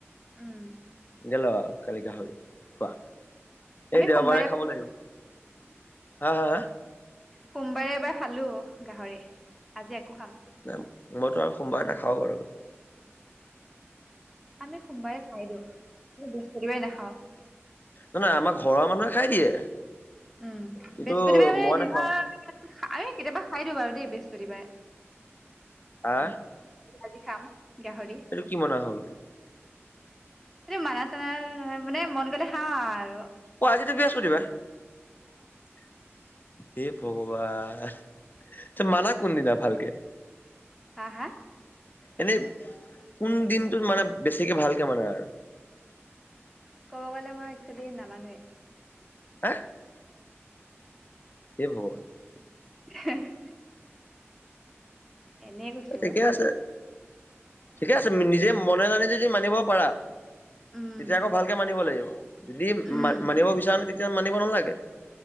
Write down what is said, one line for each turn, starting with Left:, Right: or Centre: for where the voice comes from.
Centre: উম।
Left: গেল' কালি গাহৰি খোৱা।
Centre: আমি
Left: এই দেওবাৰে
Centre: সোমবাৰে
Left: খাব লাগিব। হা, হা, হা?
Centre: সোমবাৰে এবাৰ খালোঁ গাহৰি। আজি আকৌ খাম।
Left: নাই মইতো আৰু সোমবাৰ নাখাওঁ বাৰু।
Centre: আমি সোমবাৰে খাই দিওঁ, বৃহস্পতিবাৰে নাখাওঁ।
Left: নয় নয়, আমাৰ ঘৰৰ মানুহে খাই দিয়ে।
Centre: উম,
Left: কিন্তু
Centre: বৃহস্পতিবাৰে মানে
Left: মই
Centre: দিনৰ,
Left: নাখাও
Centre: আমি কেতিয়াবা খাই দিওঁ বাৰু দেই বৃহস্পতিবাৰে।
Left: হা?
Centre: আজি খাম গাহৰি।
Left: এইটো কি মনা হ'ল?
Centre: এই মানা চানা নহয়, মানে মন গ'লে খাওঁ আ-আৰু।
Left: অ' আজিতো বৃহস্পতিবাৰ। হে, ভগৱান। ত' মানা কোনদিনা ভালকে?
Centre: হা, হা?
Left: এনে কোন দিনটো মানে বেছিকে ভালকে মানা আৰু?
Centre: ক'ব গ'লে মই একচোৱেলি নামানোৱে।
Left: হা? হে, ভগ
Centre: <inaudible> এনেই কৈছো
Left: ঠিকে আছে। ঠিকে আছে, নিজে মনে নলয় যদি মানিব পাৰা।
Centre: অ উম
Left: তেতিয়া আকৌ ভালকে মানিব লাগিব, যদি
Centre: উম
Left: মা-মানিব বিচাৰে তেতিয়া মানিব নালাগে।